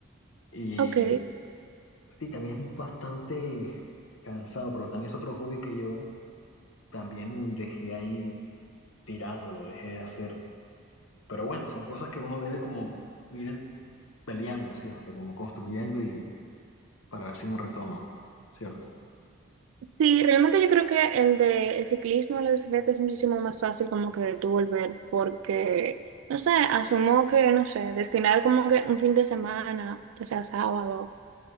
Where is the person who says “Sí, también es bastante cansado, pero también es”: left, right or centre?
Left